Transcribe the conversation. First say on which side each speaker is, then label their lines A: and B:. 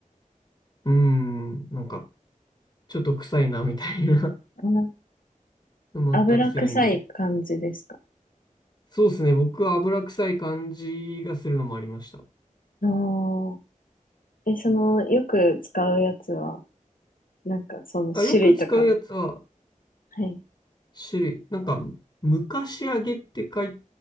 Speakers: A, on the left; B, on the left.
A: うーん、なんか、ちょっと臭いな、みたいな
B: あの、
A: <laughs> のもあったりするんで。
B: 油臭い感じですか
A: そうですね。僕は油臭い感じがするのもありました。
B: ああ。え、その、よく使うやつは、なんかその種類とか、
A: あ、よく使うやつは、
B: はい。
A: 種類、なんか、昔揚げって書い